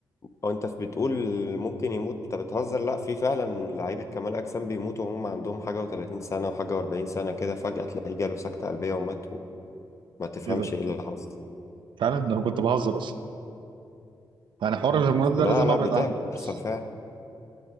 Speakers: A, on the left; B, on the right.
A: او انت بتقول ممكن يموت انت بتهزر لا في فعلا لعيبه كمال اجسام بيموتوا وهم عندهم حاجه و30 سنه وحاجه و40 سنه كده فجاه تلاقيه جاله سكته قلبيه ومات وما تفهمش
B: ايه ده
A: ايه اللي حصل
B: فعلا ده انا كنت بهزر اصلا يعني حوار الهرمونات ده
A: لا
B: لازم
A: لا
B: ابعد
A: بتحصل
B: عنه خالص
A: فعلا